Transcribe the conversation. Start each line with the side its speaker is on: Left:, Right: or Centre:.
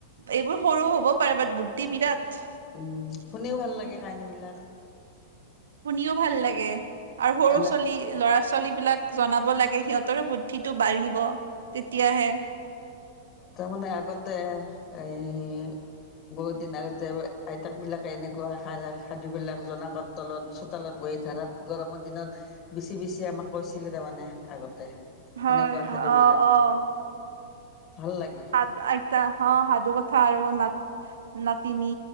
Right: এইবোৰ সৰু হ'বও পাৰে বাট বুদ্ধি বিৰাট।
Left: উম শুনিও ভাল লাগে কাহানী বিলাক।
Right: শুনিও ভাল লাগে আৰু সৰু
Left: এনে
Right: ছোৱালী। ল'ৰা ছোৱালীবিলাক জনাব লাগে সেইহঁতৰো বুদ্ধিটো বাঢ়িব তেতিয়া হে
Left: তাৰমানে আগতে এই বহুত দিন আগতে আইতাকবিলাকে এনেকুৱা সা সাধুবিলাক জনাকত। তলত চোতালত বহি ধাৰাত গৰমত দিনত বিছি বিছি আমাক কৈছিল তামানে আগতে।
Right: হয়
Left: এনেকুৱা সাধু
Right: অ
Left: বিলাক।
Right: অ'।
Left: ভাল লাগে।
Right: তাত আইতা অ সাধু কথা আৰু না নাতিনী